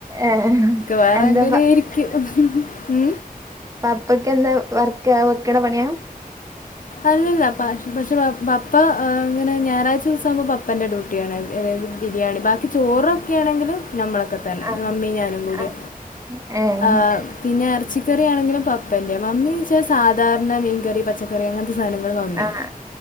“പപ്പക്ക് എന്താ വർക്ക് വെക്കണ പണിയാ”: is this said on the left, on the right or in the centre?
Right